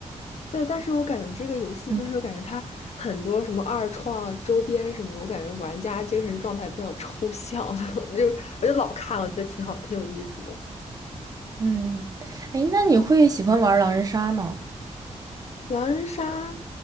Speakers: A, on the left; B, on the right.
A: 对，但是我感觉这个游戏就是感觉它很多什么二创周边什么，
B: <laughs> 嗯
A: 我感觉玩家精神状态比较抽象，<laughs> 我就我就老看，我觉得挺好，挺有意思的。
B: 嗯，哎，那你会喜欢玩狼人杀吗？
A: 狼人杀，